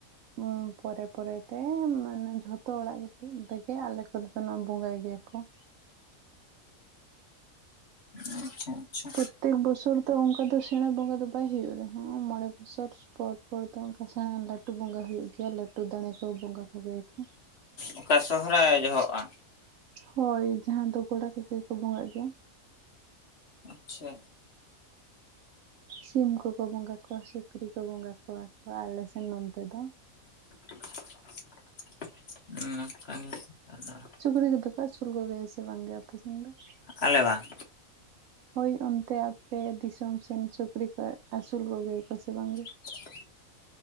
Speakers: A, on the right; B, on the left.
A: ᱦᱩᱸ ᱯᱚᱨᱮ ᱯᱚᱨᱮᱛᱮ ᱢᱟᱱᱮ ᱡᱷᱚᱛᱚ ᱚᱸᱲᱟᱜ ᱨᱮᱜᱮ ᱟᱞᱮ ᱠᱚᱨᱮ ᱫᱚ ᱱᱚᱣᱟ ᱵᱚᱸᱜᱟᱭ ᱜᱮᱭᱟ ᱠᱚ
B: ᱟᱪᱪᱷᱟ ᱟᱪᱪᱷᱟ
A: ᱯᱨᱚᱛᱮᱠ ᱵᱚᱪᱷᱚᱨ ᱫᱚ ᱚᱱᱠᱟ ᱫᱚ ᱥᱮᱸᱬᱟ ᱵᱚᱸᱜᱟ ᱫᱚ ᱵᱟᱭ ᱦᱩᱭᱩᱜ ᱨᱮᱦᱚᱸ ᱢᱚᱬᱮᱸ ᱵᱚᱪᱷᱚᱨ ᱯᱚᱨ ᱯᱚᱨ ᱫᱚ ᱚᱱᱠᱟ ᱥᱮᱸᱬᱟ ᱞᱟᱹᱴᱩ ᱵᱚᱸᱜᱟ ᱦᱩᱭᱩᱜ ᱜᱮᱭᱟ ᱞᱟᱹᱴᱩ ᱫᱟᱲᱮ ᱠᱚ ᱵᱚᱸᱜᱟ ᱠᱚᱜᱮᱭᱟᱠᱚ
B: ᱚᱠᱟ ᱥᱚᱦᱚᱨᱟᱭ ᱡᱚᱦᱚᱜᱼᱟ?
A: ᱦᱳᱭ ᱡᱟᱦᱟᱸ ᱫᱚ ᱜᱚᱲᱟ ᱨᱮᱜᱮ ᱠᱚ ᱵᱚᱸᱜᱟᱜ ᱜᱮᱭᱟ
B: ᱟᱪᱪᱷᱟ
A: ᱥᱤᱢ ᱠᱚᱠᱚ ᱵᱚᱸᱜᱟ ᱠᱚᱣᱟ ᱥᱩᱠᱨᱤ ᱠᱚ ᱵᱚᱸᱜᱟ ᱠᱚᱣᱟ ᱠᱚ ᱟᱞᱮᱥᱮᱱ ᱱᱚᱱᱛᱮ ᱫᱚ
B: <unintelligible>
A: ᱥᱩᱠᱨᱤ ᱠᱚᱫᱚ ᱠᱚ ᱟᱹᱥᱩᱞ ᱠᱚᱜᱮᱭᱟ ᱥᱮ ᱵᱟᱝ ᱟᱯᱮᱥᱮᱱ ᱫᱚ?
B: ᱟᱞᱮ ᱵᱟᱝ
A: <inaudible> ᱦᱳᱭ ᱚᱱᱛᱮ ᱟᱯᱮ ᱫᱤᱥᱚᱢ ᱥᱮᱱ ᱥᱩᱠᱨᱤ ᱠᱚ ᱟᱹᱥᱩᱞ ᱠᱚᱜᱮᱭᱟ ᱠᱚ ᱥᱮ ᱵᱟᱝ ᱜᱮ?
B: <inaudible>